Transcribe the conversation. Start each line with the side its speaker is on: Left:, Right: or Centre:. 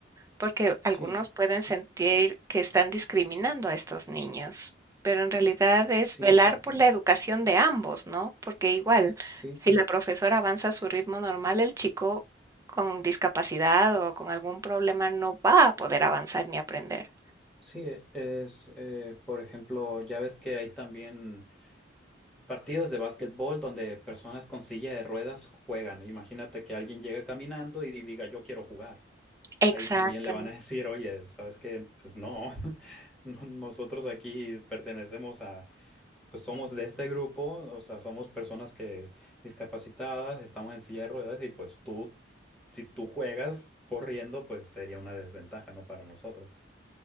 Right: porque algunos
Centre: Sí,
Right: pueden sentir que están discriminando a estos niños, pero en realidad es
Centre: sí,
Right: velar
Centre: exacto.
Right: por la educación de ambos, ¿no? Porque igual,
Centre: Sí,
Right: si la profesora avanza a su ritmo normal, el chico con discapacidad o con algún problema no va a poder avanzar ni aprender.
Centre: sí, e- es, eh, por ejemplo, ya ves que hay también partidas de básquetbol donde personas con silla de ruedas juegan. Imagínate que alguien llega caminando y diga, yo quiero jugar.
Right: Exactamente.
Centre: Ahí también le van a <laughs> decir, oye, ¿sabes qué? Pues no, <laughs> no- nosotros aquí pertenecemos a pues somos de este grupo, o sea, somos personas que discapacitadas, estamos en silla de ruedas y pues tú, si tú juegas corriendo, pues sería una desventaja, ¿no? Para nosotros.